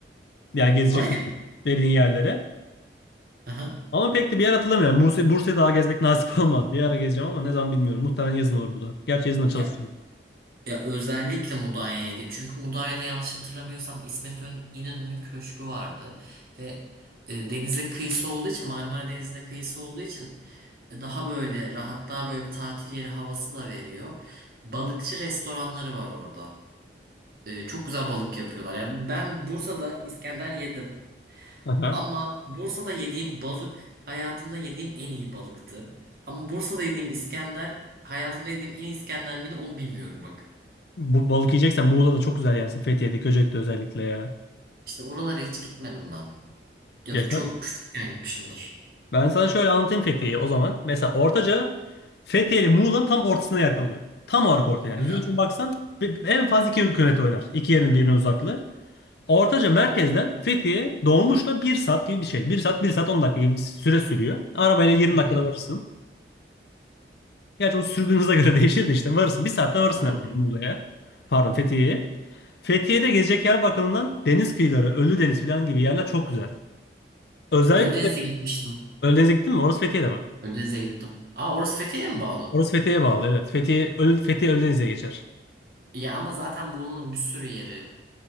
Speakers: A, on the left; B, on the right.
A: Ya yani gezecek
B: Mudanya?
A: dediğin yerlere.
B: mı?
A: Ama pek de bir yer hatırlamıyorum. Bursa, Bursa'yı daha gezmek nasip <laughs> olmadı. Bir ara gezeceğim ama ne zaman bilmiyorum. Muhtemelen yazın olur bu da. Gerçi yazın da
B: Ya,
A: çalışırım.
B: ya özellikle Mudanya'ya git. Çünkü Mudanya'da yanlış hatırlamıyorsam İsmet Ön- İnönü'nün köşkü vardı. Ve e, denize kıyısı olduğu için Marmara Denizi'ne kıyısı olduğu için e, daha böyle rahat daha böyle bir tatil yeri havası da veriyor. Balıkçı restoranları var orada. E, çok güzel balık yapıyorlar. Yani ben Bursa'da İskender yedim.
A: Aha.
B: Ama Bursa'da yediğim balık hayatımda yediğim en iyi balıktı. Ama Bursa'da yediğim İskender hayatımda yediğim en iyi İskender miydi onu bilmiyorum bak.
A: Bu balık yiyeceksen Muğla'da çok güzel yersin. Fethiye'de, Göcek'te özellikle ya.
B: İşte oralara hiç gitmedim ben. Ya
A: Yaşar.
B: da çok küçükken gitmişimdir.
A: Ben sana şöyle anlatayım Fethiye'yi o zaman. Mesela Ortaca Fethiye ile Muğla'nın tam ortasına yer kalıyor. Tam olarak orta yani.
B: Hı
A: Yüz
B: hı.
A: ölçümü baksan bir- en fazla iki kilometre oynar. İki yerin birbirine uzaklığı. Ortaca merkezden Fethiye dolmuşla bir saat gibi bir şey. Bir saat, bir saat 10 dakika gibi bir süre sürüyor. Arabayla 20
B: Hı hı.
A: dakikada varırsın. Gerçi o sürdüğünüze göre <laughs> değişir de işte varırsın. Bir saatte varırsın
B: Doğru
A: herhalde
B: doğru.
A: Muğla'ya. Pardon Fethiye'ye. Fethiye'de gezecek yer bakımından deniz kıyıları, Ölüdeniz falan gibi yerler çok güzel. Özellikle
B: Ölüdeniz'e gitmiştim.
A: Ölüdeniz'e gittin mi? Orası Fethiye'de bak.
B: Ölüdeniz'e gittim. Aa orası Fethiye'ye mi bağlı?
A: Orası Fethiye'ye bağlı evet. Fethiye, Ölü, Fethiye Ölüdeniz'e geçer.
B: Ya ama zaten Muğla'nın bir sürü yeri